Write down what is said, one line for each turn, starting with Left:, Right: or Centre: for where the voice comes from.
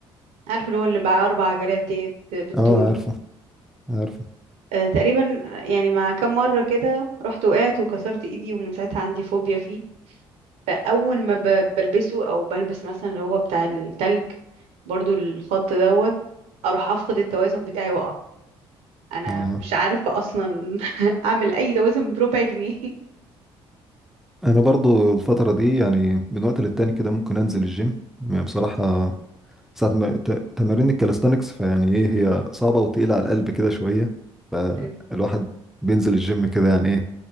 Right: عارف اللي هو اللي بقى اربع عجلات ديت آه، بالطول
Centre: اه عارفه عارفه
Right: آه، تقريبا يعني مع كم مره كده رحت وقعت وكسرت ايدي ومن ساعتها عندي فوبيا فيه فاول ما ب- بلبسه او بلبس مثلا اللي هو بتاع التلج برضو الخط دوت اروح افقد التوازن بتاعي واقع انا
Centre: اه
Right: مش عارفة اصلا <laughs> اعمل اي توازن بربع جنيه
Centre: انا برضو الفترة دي يعني من وقت للتاني كده ممكن انزل الجيم يعني بصراحة ساعة ما ت- تمارين الكاليستانكس فيعني ايه هي صعبة وتقيلة على القلب كده شوية
Right: اوكي
Centre: الواحد بينزل الجيم كده يعني ايه